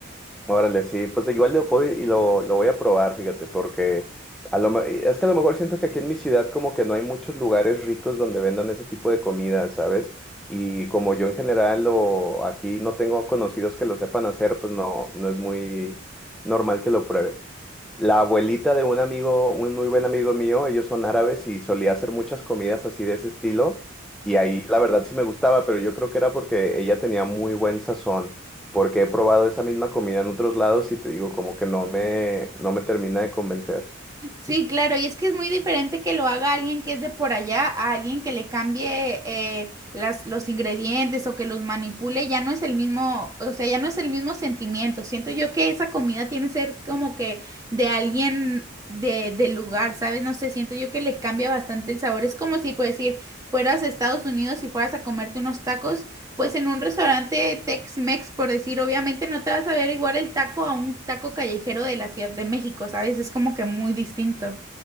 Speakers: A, in the centre; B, on the right.
A: Órale, sí, pues igual lo voy, y lo, lo voy a probar, fíjate, porque a lo, me- es que a lo mejor siento que aquí en mi ciudad como que no hay muchos lugares ricos donde vendan ese tipo de comida, ¿sabes? Y como yo en general o aquí no tengo conocidos que lo sepan hacer, pues no, no es muy normal que lo pruebe. La abuelita de un amigo, un muy buen amigo mío, ellos son árabes y solía hacer muchas comidas así de ese estilo. Y ahí la verdad sí me gustaba, pero yo creo que era porque ella tenía muy buen sazón, porque he probado esa misma comida en otros lados y te digo, como que no me, no me termina de convencer.
B: Sí, claro, y es que es muy diferente que lo haga alguien que es de por allá a alguien que le cambie eh, las, los ingredientes o que los manipule, ya no es el mismo, o sea, ya no es el mismo sentimiento. Siento yo que esa comida tiene que ser como que de alguien de, del lugar, ¿sabes? No sé, siento yo que le cambia bastante el sabor. Es como si, por decir, fueras a Estados Unidos y fueras a comerte unos tacos pues en un restaurante Tex-Mex, por decir, obviamente no te vas a ver igual el taco a un taco callejero de la Ciudad de México, ¿sabes? Es como que muy distinto.